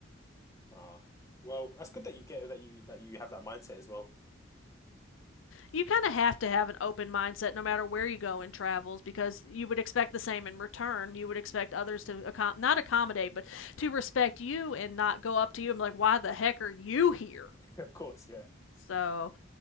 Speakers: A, on the left (about 15°); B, on the left (about 75°).
A: Ah, well, that's good that you get that you that you have that mindset as well. <laughs>
B: You kind of have to have an open mindset no matter where you go in travels because you would expect the same in return. You would expect others to accom- not accommodate, but to respect you and not go up to you and be like, why the heck are you here?
A: Of course, yeah,
B: So